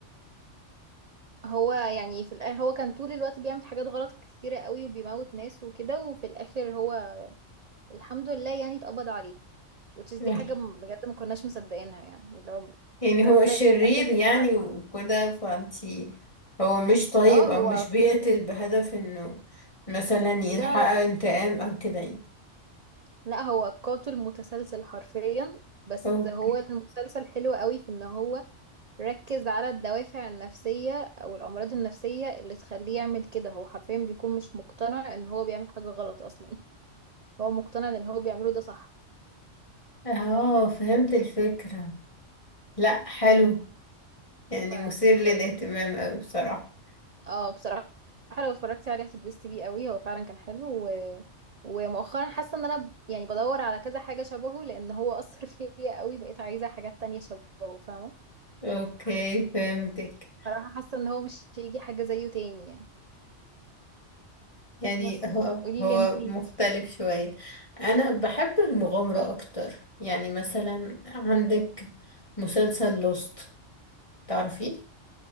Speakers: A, on the right; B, on the left.
A: هو يعني في الآخر هو كان طول الوقت بيعمل حاجات غلط كتيرة قوي وبيموت ناس وكده وفي الآخر هو الحمد لله يعني اتقبض عليه which is
B: يلا.
A: دي حاجة م- بجد ما كناش مصدقينها يعني اللي هو
B: يعني
A: انت
B: هو
A: ازاي
B: شرير
A: في الآخر اتقبض
B: يعني
A: عليه
B: وكده فانتي هو مش طيب
A: اه
B: او
A: هو
B: مش بيقتل بهدف انه مثلا يحقق
A: لا لا
B: انتقام او كده يعني
A: لا، هو قاتل متسلسل حرفيا بس
B: اوكي
A: هو المسلسل حلو قوي في ان هو ركز على الدوافع النفسية او الأمراض النفسية اللي تخليه يعمل كده هو حرفيا بيكون مش مقتنع ان هو بيعمل حاجة غلط اصلا هو مقتنع ان اللي هو بيعمله ده صح
B: اه فهمت الفكرة لا حلو يعني
A: ف
B: مثير للاهتمام أوي بصراحة
A: اه بصراحة لو اتفرجتي عليه هتتبسطي بيه قوي هو فعلا كان حلو و... ومؤخرا حاسة ان انا ب- يعني بدور على كذا حاجة شبهه لان هو اثر <laughs> فيا قوي بقيت عايزة حاجات تانية شبهه فاهمة
B: اوكي فهمتك
A: بصراحة حاسة ان هو مش هيجي حاجة زيه تاني يعني
B: يعني
A: بس
B: هو
A: قولي
B: هو
A: لي انتي
B: مختلف شوية انا بحب المغامرة
A: اه
B: اكتر يعني مثلا عندك مسلسل لوست تعرفيه